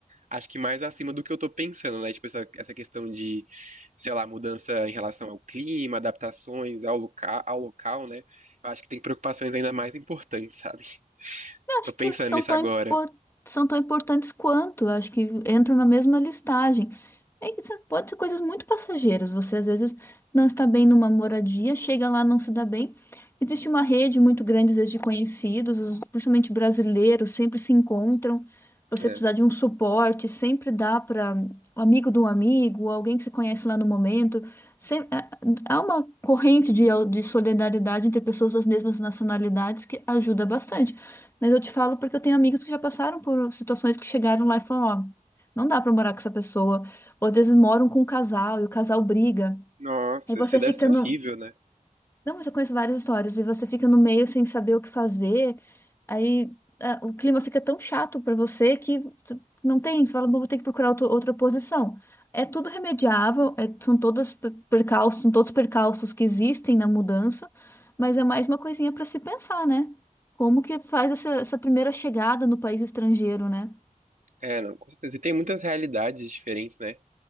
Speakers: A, on the right; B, on the left.
A: acho que mais acima do que eu tô pensando, né? Tipo, essa, essa questão de, sei lá, mudança em relação ao clima, adaptações ao local, ao local, né? Eu acho que tem preocupações ainda mais importantes, <laughs> sabe?
B: Eu Acho
A: Tô pensando
B: que são
A: nisso
B: tão,
A: agora.
B: impor- são tão importantes quanto, eu acho que entram na mesma listagem. É que isso pode ser coisas muito passageiras. Você às vezes não está bem numa moradia, chega lá, não se dá bem. Existe uma rede muito grande, às vezes, de conhecidos, os- principalmente brasileiros, sempre se encontram. Você
A: É.
B: precisar de um suporte, sempre dá para um amigo de um amigo, alguém que se conhece lá no momento. Sem- é- Há uma corrente de, de solidariedade entre pessoas das mesmas nacionalidades que ajuda bastante. Mas eu te falo porque eu tenho amigos que já passaram por situações que chegaram lá e falaram, ó, não dá pra morar com essa pessoa. Ou às vezes moram com um casal e o casal briga.
A: Nossa,
B: E você
A: isso deve
B: fica
A: ser horrível,
B: no,
A: né?
B: não, mas eu conheço várias histórias e você fica no meio sem saber o que fazer. Aí ah, o clima fica tão chato pra você que tu- não tem. Você fala, "Bom, vou ter que procurar outro- outra posição. É tudo remediável, é- são todas per- percalços, são todos percalços que existem na mudança, mas é mais uma coisinha pra se pensar, né? Como que faz essa, essa primeira chegada no país estrangeiro, né?
A: É, não, com certeza. E tem muitas realidades diferentes, né?